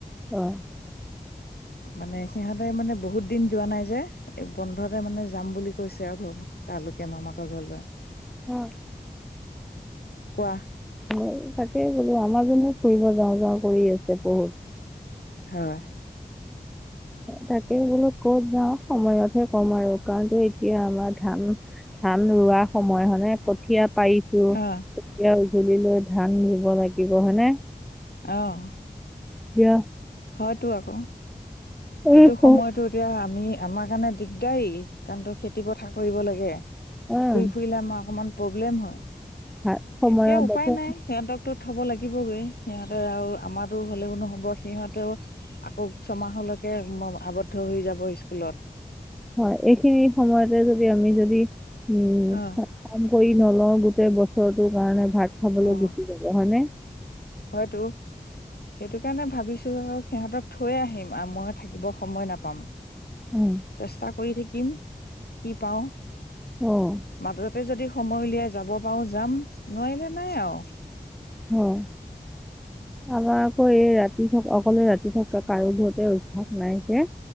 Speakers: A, in the centre; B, on the left.
A: অ'
B: মানে সিহঁতে মানে, বহুত দিন যোৱা নাই যে বন্ধতে মানে যাম বুলি কৈছে আৰু ঘৰ তালোকে মামাকৰ ঘৰলৈ
A: <unintelligible>
B: কোৱা।
A: মই তাকেই ব'লো আমাৰাজনো ফুৰিব যাওঁ যাওঁ কৰি আছে বহুত
B: হয় <unintelligible>
A: তাকে বোলো ক'ত যাওঁ সময়তহে ক'ম আৰু কাৰণো এতিয়া আমাৰ ধান ধান ৰোৱা সময় হনে কঠিয়াত পাৰিছো তেতিয়া
B: অ
A: উজলি লৈ ধান ব লাগিব হয়নে
B: অ'।
A: এতিয়া
B: হয়তটো আকৌ
A: এই
B: এইটো
A: সম-
B: সময়তো এতিয়া আমি আমাৰ কাৰণে দিগদাৰী। কাৰণ তো খেতি পথাৰ কৰিব লাগে
A: আহ,
B: ঘূৰি ফুৰিলে আমাৰ অকমান প্ৰব্লেম হয়।
A: হা- সময়ৰ
B: এতিয়া উপায়
A: বাবে
B: নাই সিহঁতক তো থ'ব লাগিবগৈ সিহঁতে আৰু আমাৰতো হ'লেও নহ'ব সিহঁত তেওঁ আকৌ ছমাহলৈকে আৱদ্ধ হৈ যাব স্কুলত।
A: হয়, এইখিনি সময়তে যদি আমি যদি উম
B: অ
A: কাম কৰি নলওঁ গোটেই বছৰটো কাৰণে ভাত খাবলৈ
B: অ
A: গুচি যাব হয় নে।
B: হয়তো সেইটো সেইকাৰণে ভাবিছোঁ সিহঁতক থৈয়ে আহিম আৰু মই থাকিব নাপাম।
A: উম।
B: চেষ্টা কৰি থাকিম কি পাওঁ।
A: অ'।
B: মাজতে যদি সময় উলিয়াই যাব পাৰোঁ যাম নোৱাৰিলে নাই আৰু।
A: উম। আমাৰ আকৌ এই ৰাতি থকা অকলে ৰাতি থকাকা কাৰো ঘৰতে অভ্যাস নাই যে